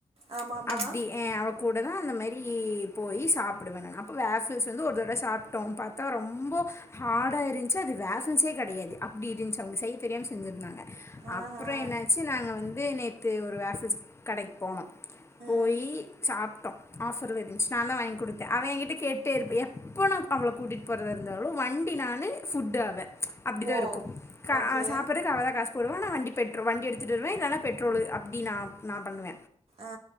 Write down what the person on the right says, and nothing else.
ஆமாம்மா
ஆஹா
ம்
ஓ
ஓகே
ஆ